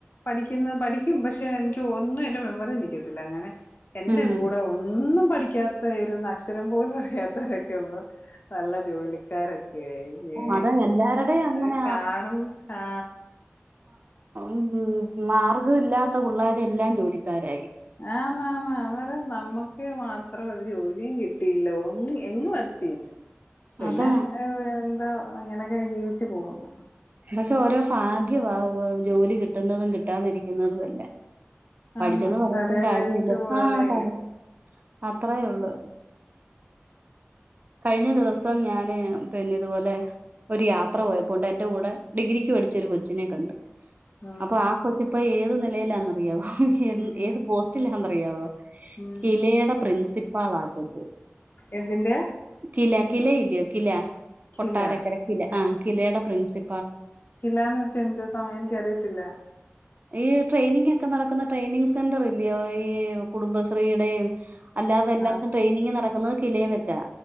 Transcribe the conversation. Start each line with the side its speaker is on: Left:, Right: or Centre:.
Left: പഠിക്കുന്ന പഠിക്കും പക്ഷെ എനിക്ക് ഒന്നും എന്റെ മെമ്മറി നിൽക്കത്തില്ല അങ്ങനെ എന്റെ
Right: ഉം
Left: കൂടെ ഒന്നും പഠിക്കാത്ത ഇരുന്ന അക്ഷരം പോലും അറിയാത്തവരൊക്കെ നല്ല ജോലിക്കാരൊ കഴിഞ്ഞേ
Right: അത് എല്ലാവരുടെയും അങ്ങനെ
Left: അത് കാണും ആ
Right: ഉം മാർഗം ഇല്ലാത്ത പുള്ളേര് എല്ലാം ജോലിക്കാരായി
Left: ആ ന്ന് ആ ന്ന് അവര് നമ്മക്ക് മാത്രം ഒരു ജോലിയും കിട്ടിയില്ല എങ്ങും എ പിന്നെ
Right: അതാ
Left: എന്തോ ഇങ്ങനെയൊക്കെ ജീവിച്ചു പോകുന്നു
Right: ഇതൊക്കെ ഓരോ ഭാഗ്യമാ ജോലി കിട്ടുന്നതും കിട്ടാതിരിക്കുന്നതും അല്ല പഠിച്ചെന്ന്
Left: ആന്ന്
Right: പറഞ്ഞിട്ടും
Left: തലയിലെഴുത്ത്
Right: കാര്യമില്ല
Left: പോലെ
Right: ആ പറ അത്രേ ഒള്ളു കഴിഞ്ഞ ദിവസം ഞാന് പിന്നെ ഇതുപോലെ ഒരു യാത്ര പോയപ്പോണ്ട് എന്റെ കൂടെ ഡിഗ്രിക്ക് പഠിച്ച ഒരു കൊച്ചിനെ കണ്ട്
Left: ഉം
Right: അപ്പൊ ആ കൊച്ചിപ്പോ ഏത് നിലയിലാന്നറിയാവോ
Left: ഉം
Right: ഏത് പോസ്റ്റിലാ എന്ന് അറിയാവോ
Left: ഉം
Right: കിലെ യുടെ പ്രിൻസിപ്പാളാ ആ കൊച്ച്
Left: എന്തിന്റെയാ
Right: കില കില ഇല്ലയോ കില
Left: കില
Right: കൊട്ടാരക്കര കില ആ കിലയുടെ പ്രിൻസി
Left: കിലാന്ന് വച്ച എന്ത് സമയം എനിക്കറിയത്തില്ല
Right: ഈ ട്രെയിനിങ് ഒക്കെ നടക്കുന്ന ട്രെയിനിങ് സ് സെന്റർ ഇല്ലയോ ഈ കുടുംബശ്രീ യുടെയും അല്ലാതെ എല്ലാർക്കും
Left: ആ
Right: ട്രെയിനിങ്ങ് നട അത് കിലയം വെച്ചാ